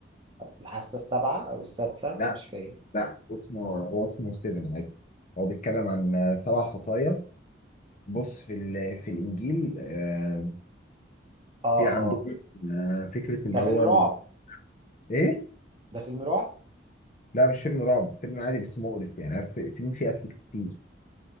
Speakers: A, on the right (about 25°); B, on the left (about 40°).
A: الحاسة السابعة أو السادسة
B: لا
A: مش فاهم
B: لا اسمه هو اسمه 7 عادي هو بيتكلم عن سبع خطايا بص في ال- في الانجيل آه،
A: اه
B: في عندهم
A: اه
B: آه، فكره اللي
A: ده فيلم
B: هو
A: رعب
B: ال... ايه
A: ده فيلم رعب
B: لا مش فيلم رعب فيلم عادي بس مقرف يعني عارف فيلم فيه قتل كتير